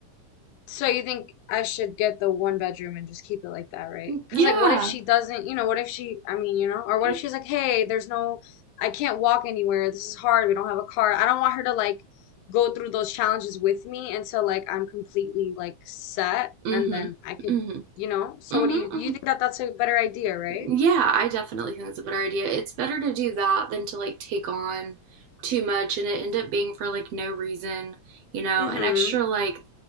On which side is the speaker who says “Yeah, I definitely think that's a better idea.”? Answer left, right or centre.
Right